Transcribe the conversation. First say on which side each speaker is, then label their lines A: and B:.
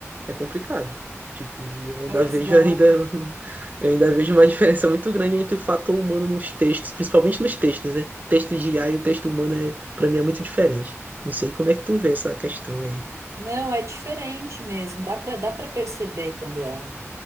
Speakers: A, on the right; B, on the right.
A: é complicado. Tipo, eu ainda
B: Pois
A: vejo
B: é.
A: ainda <laughs> eu ainda vejo uma diferença muito grande entre o fator humano nos textos, principalmente nos textos, né? texto de IA e o texto humano é, para mim é muito diferente. Não sei como é que tu vê essa questão aí.
B: Não, é diferente mesmo, dá para dá para perceber quando é.